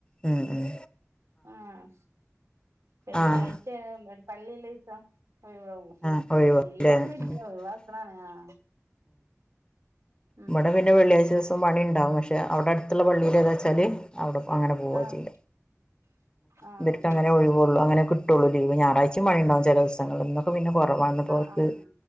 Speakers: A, on the left; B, on the right.
A: ഉം ഉം
B: ആഹ് വെള്ള്യാഴ്
A: ആഹ്
B: <unintelligible> പള്ളില്ലെ ദിവസം ഒഴിവാവും.
A: ആഹ് ഒഴിവാല്ലേ
B: ലീവൊന്നുല്ല
A: ഉം
B: ഒഴിവാക് ക്ക്ണാണ് ആഹ്. ഉം
A: ഇവിടെ പിന്നെ വെള്ളിയാഴ്ച ദിവസം പണി ഉണ്ടാവും. പക്ഷെ അവിടെ അടുത്തുള്ള പള്ളിയിൽ ഒക്കെ അടുത്തുള്ള പള്ളിയിൽച്ചാൽ അങ്ങനെ പോകും
B: ആഹ്
A: ചെയ.
B: ആഹ്
A: ഇവർക്കങ്ങനെ
B: അതന്നെ
A: ഓയിവ്. ള്ളൂ, അങ്ങനെ കിട്ടുള്ളൂ. പിന്നെ ഞായറാഴ്ച പണിയുണ്ടാവും. ചിലദിവസങ്ങളിൽ ഇ ന്നൊക്കെ പിന്നെ കുറവാന്ന്. ഇന്നുപ്പോൽ
B: ആഹ്
A: ക്ക്
B: ആഹ്